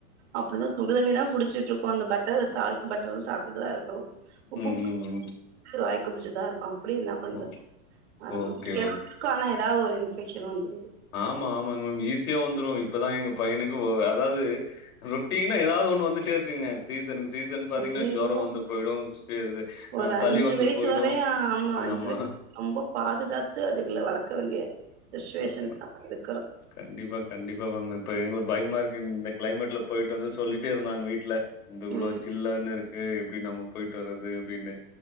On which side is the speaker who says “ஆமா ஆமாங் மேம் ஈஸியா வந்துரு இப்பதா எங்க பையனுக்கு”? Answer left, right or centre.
Left